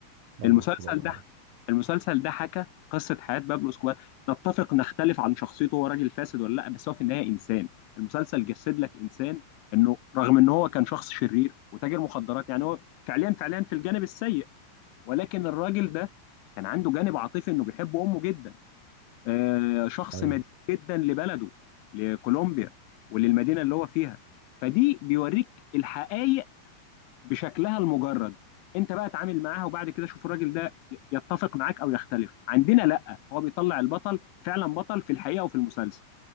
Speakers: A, on the right; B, on the left.
A: بابلو
B: المسلسل
A: اسكوبار
B: ده
A: أه
B: المسلسل ده حكى قصة حياة بابلو اسكوبار نتفق نختلف عن شخصيته هو راجل فاسد ولا لا بس هو في النهاية إنسان المسلسل جسد لك إنسان إنه رغم إن هو كان شخص شرير وتاجر مخدرات يعني هو فعليا فعليا في الجانب السيء ولكن الراجل ده كان عنده جانب عاطفي إنه بيحب أمه جدا آه شخص
A: أيوه
B: مدين جدا لبلده لكولومبيا وللمدينة اللي هو فيها فدي بيوريك الحقائق بشكلها المجرد انت بقى اتعامل معاها وبعد كده شوف الراجل ده يتفق معاك او يختلف عندنا لا هو بيطلع البطل فعلا بطل في الحقيقه وفي المسلسل